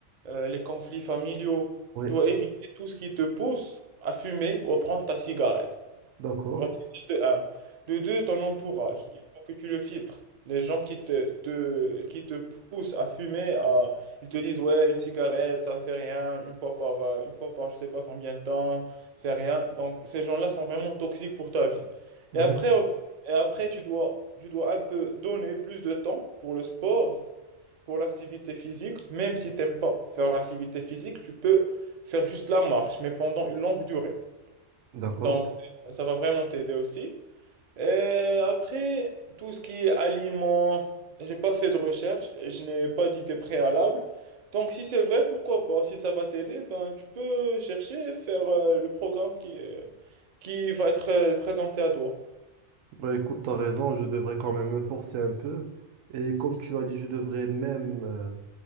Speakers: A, on the right (about 45°); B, on the right (about 85°).
A: euh, les conflits familiaux.
B: Oui.
A: Tu dois éviter tout ce qui te pousse à fumer ou à prendre ta cigarette.
B: D'accord,
A: Voici celle de un. De deux, ton entourage. Il faut que tu le filtres. Les gens qui te, te- qui te poussent à fumer, à, ils te disent, ouais, une cigarette, ça fait rien, une fois par, euh, une fois par je sais pas combien de temps, c'est rien. Donc, ces gens-là sont vraiment toxiques pour ta vie.
B: Mhm.
A: Et après, euh, et après tu dois, tu dois un peu donner plus de temps pour le sport, pour l'activité physique. Même si t'aimes pas faire l'activité physique, tu peux faire juste la marche, mais pendant une longue durée.
B: d'accord.
A: Donc, ça va vraiment t'aider aussi. Et après, tout ce qui est aliments, j'ai pas fait de recherche, et je n'ai pas d'idée préalable. Donc, si c'est vrai, pourquoi pas? Si ça va t'aider, ben, tu peux chercher et faire euh, le programme qui, euh, qui va être euh, présenté à toi.
B: Bah, écoute, tu as raison, je devrais quand même me forcer un peu. Et comme tu as dit, je devrais même euh,